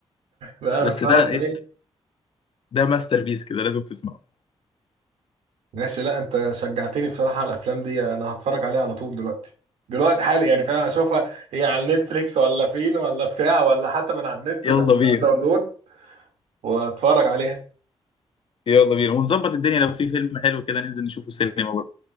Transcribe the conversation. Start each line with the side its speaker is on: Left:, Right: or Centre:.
Right: لا
Left: بس
Right: انا اتفرج
Left: ده إيه؟
Right: عليه
Left: ده ماستر بيس كده لازم تسمعه
Right: ماشي لا انت شجعتني بصراحة على الافلام دي انا هتفرج عليها على طول دلوقتي دلوقتي حالي يعني فعلا هشوفها هي على نتفليكس ولا فين ولا بتاع ولا حتى من على النت
Left: يلا
Right: ونعملها
Left: بينا
Right: داونلود واتفرج عليها
Left: يلا بينا ونظبط الدنيا لو في فيلم حلو كده ننزل نشوفه سينما برضه